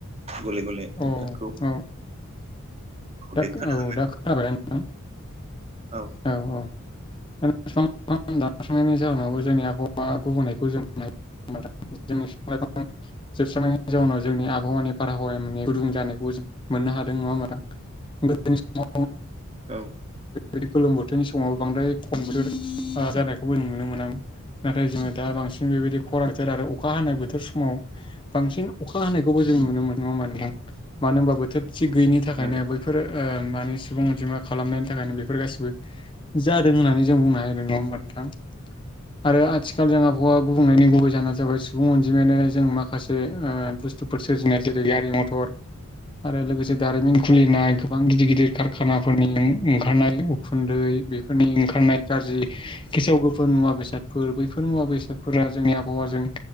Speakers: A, on the right (about 30°); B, on the left (about 20°).
A: गले गले
B: अ
A: नोंथांखौ
B: औ दा
A: दे खोना
B: औ दा खोनाबाय ना नोंथां?
A: औ
B: औ औ <unintelligible> दानस्रांनायनि जाहोनावबो जोंनि आबहावा गुबुननायखौ जों जोंनि बिफां लाइफां जोबस्रांनायनि जाहोनाव जोंनि आबहावानि बारहावाया माने गुदुं जानायखौ जों मोननो हादों नङा गोदोनि समाव
A: औ
B: बेदि गोलोम बोथोरनि समाव बांद्राय खम बोथोर जानायखौबो नुनो मोनामोन नाथाय जोङो दा बांसिन बेबायदि खरां बोथोर आरो अखा हानाय बोथोर समाव बांसिन अखा हानायखौबो जों नुनो मोन नङा होनबा नोंथां मानो होनबा थोब थिग गैयिनि थाखायनो
A: नंगौ
B: बैफोरो ओ माने सुबुं अनजिमा खालामनायनि थाखायनो बे फोर गासिबो जादों होननानै जों बुंनो हायो आरो नङा होमबा नोंथां आरो आथिखाल जों आबहावा गुबुंनायनि गुबै जाहोना जाबाय सुबुं अनजिमायानो जों माखासे उह बुस्थ थुफोर सोरजिनाय जेरै गारि मथर आरो लोगोसे दारिमिन खुलिनाय गोबां गिदिर गिदिर कारखानाफोरनिं ओं खारनाय उखुन्दै बेफोरनि ओंखारनाय गाज्रि गेसाव गोफोन मुवा बेसादफोर बैफोर मुवा बेसादफोरा जोंनि आबहावाजों